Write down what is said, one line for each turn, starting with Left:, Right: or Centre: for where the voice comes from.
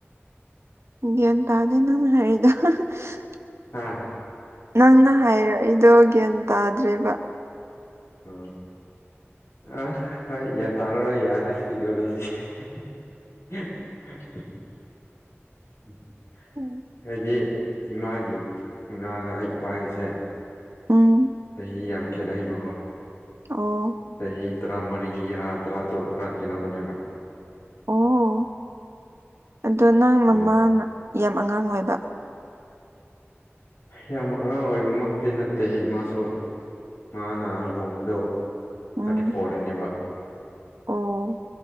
Right: ꯒꯔꯥꯟꯗ ꯊꯥꯗꯦ ꯅꯪꯅꯍꯥꯏꯔꯤꯗꯣ <unintelligible> <inaudible>
Left: ꯍꯥꯥ
Right: ꯅꯪꯅ ꯍꯥꯏꯔꯛ ꯏꯗꯣ ꯒ꯭ꯌꯥꯟ ꯇꯥꯗ꯭ꯔꯦꯕ
Left: ꯎꯝ ꯑꯥ ꯍꯣꯏ ꯒ꯭ꯌꯥꯟ ꯇꯥꯔꯔ‌ꯣꯏ ꯌꯥꯔꯦ ꯁꯤꯒꯤ ꯋꯥꯔꯤꯖꯤ <unintelligible>
Right: ꯎꯝ
Left: ꯍꯥꯏꯗꯤ ꯏꯃꯥꯒꯤ ꯉꯥꯒ ꯑꯩ ꯏꯄꯥꯒꯤꯁꯦ
Right: ꯎꯝ
Left: ꯆꯍꯤ ꯌꯥꯝ ꯈꯦꯠꯅꯩꯕꯀꯣ
Right: ꯑꯣ
Left: ꯆꯍꯤ ꯇꯔꯥꯃꯔꯤꯔ ꯇꯔꯥ ꯇꯔꯨꯛ ꯔ ꯈ‌ꯦꯟꯅꯕꯅꯦꯕ
Right: ꯑꯣ ꯑꯗꯣ ꯅꯪ
Left: ꯑꯗꯨꯃꯥꯏꯅ
Right: ꯃꯃꯥꯅ ꯌꯥꯝ ꯑꯉꯥꯡ ꯑꯣꯏꯕ
Left: ꯌꯥꯝ ꯑꯉꯥꯡ ꯑꯣꯏꯕꯃꯛꯇꯤ ꯅꯠꯇꯦ ꯏ ꯃꯥꯁꯨ ꯃꯥꯅ ꯂꯨꯍꯣꯡꯕꯗꯣ
Right: ꯎꯝ
Left: ꯊꯥꯔꯇꯤ ꯐꯣꯔꯗꯅꯦꯕ
Right: ꯑꯣ